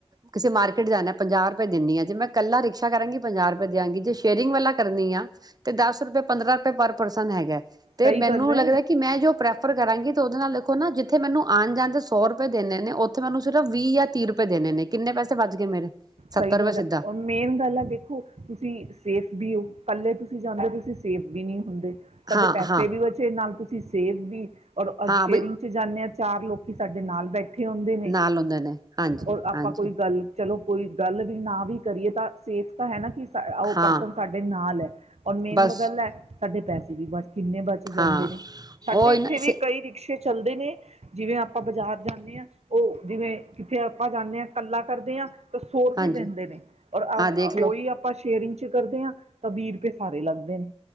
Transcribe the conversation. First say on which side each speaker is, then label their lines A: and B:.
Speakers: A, on the right; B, on the right.
A: ਕਿਸੇ ਮਾਰਕੀਟ ਜਾਣਾ ਪੰਜਾਹ ਰੁਪਏ ਦਿਨੀ ਆ ਜੇ ਮੈਂ ਕੱਲਾ ਰਿਕਸ਼ਾ ਕਰਾਂਗੀ ਵਧਿਆਂਗੀ ਤੇ ਸ਼ੇਅਰਿੰਗ ਵਾਲਾ ਕਰਨੀ ਆ ਤੇ ਦੱਸ ਦਸ ਰੁਪਏ ਪੰਦਰਾਂ ਰੁਪਏ ਪਰ ਪਰਸਨ ਹੈਗਾ ਤੇ
B: ਸਹੀ
A: ਮੈਨੂੰ
B: ਗੱਲ ਹੈ
A: ਲੱਗਦਾ ਕਿ ਮੈਂ ਜੋ ਪਰੇ ਐਫਰ ਕਰਾਂਗੀ ਉਹਦੇ ਨਾਲ ਦੇਖੋ ਨਾ ਜਿੱਥੇ ਮੈਨੂੰ ਆਉਣ ਜਾਣ ਤੇ ਸੌ ਰੁਪਏ ਦੇਣੇ ਨੇ ਉੱਥੇ ਮੈ ਸਿਰਫ ਵੀਹ ਜਾਂ ਤੀਹ ਰੁਪਏ ਦੇਣੇ ਨੇ ਕਿੰਨੇ ਪੈਸੇ ਬਚ ਗਏ ਮੇਰੇ ਸੱਤਰ
B: ਸਹੀ
A: ਰੁਪਏ
B: ਗੱਲ
A: ਸਿੱਧਾ
B: ਔਰ ਮੇਨ ਗੱਲ ਆ ਦੇਖੋ ਤੁਸੀਂ ਸੇਫ ਵੀ ਹੋ ਪੱਲੇ ਤੁਸੀਂ ਜਾਂਦੇ ਤੁਸੀਂ ਸੇਫ ਵੀ ਨਹੀਂ ਹੁੰਦੇ ਤਾਂਡੇ
A: ਹਾਂ
B: ਪੈਸੇ
A: ਹਾਂ
B: ਵੀ ਬਚੇ ਨਾਲ ਤੁਸੀਂ ਸੇਵ ਵੀ ਤੀ ਔਰ
A: ਹਾਂ
B: ਸ਼ੇਅਰਿੰਗ
A: ਬਈ
B: ਚ ਜਾਂਨੋ ਜੇ ਚਾਰ ਲੋਕੀ ਸਾਡੇ ਨਾਲ ਬੈਠੇ ਇਕੱਠੇ ਆਉਂਦੇ ਨੇ
A: ਨਾਲ ਆਉਂਦੇ ਨੇ ਹਾਂਜੀ
B: ਔਰ ਆਪਾਂ
A: ਹਾਂਜੀ
B: ਕੋਈ ਗੱਲ ਚਲੋ ਕੋਈ ਗੱਲ ਵੀ ਨਾ ਵੀ ਕਰੀਏ ਤਾਂ ਸੇਫ ਤਾਂ ਹੈ ਨਾ ਕਿ ਸ ਉਹ
A: ਹਾਂ
B: ਪਰਸਨ ਸਾਡੇ ਨਾਲ ਹੈ ਔਰ ਮੇਨ
A: ਬਸ
B: ਗੱਲ ਹੈ ਸਾਡੇ ਪੈਸੇ ਬਚ ਕਿੰਨੇ ਬਚ ਜਾਂਦੇ
A: ਹਾਂ
B: ਨੇ ਸਾਡੇ
A: ਉਹੀ
B: ਇੱਥੇ
A: ਨਾ
B: ਵੀ
A: ਸੇ
B: ਕਈ ਰਿਕਸ਼ੇ ਚਲਦੇ ਨੇ ਜਿਵੇਂ ਆਪਾਂ ਬਜ਼ਾਰ ਜਾਨੇ ਆਂ ਉਹ ਜਿਵੇਂ ਕਿੱਥੇ ਆਪਾਂ ਜਾਂਦੇ ਆ ਇਕੱਲਾ ਕਰਦੇ ਆਂ ਹੋਰ ਵੀ
A: ਹਾਂਜੀ
B: ਲੈਂਦੇ ਨੇ ਔਰ
A: ਹਾਂ ਦੇਖ ਲਓ
B: ਉਹੀ ਆਪਾਂ ਸ਼ੇਅਰਿੰਗ ਚ ਕਰਦੇ ਆਂ ਤਾਂ ਵੀਹਰੁਪਏ ਸਾਰੇ ਲੱਗਦੇ ਨੇ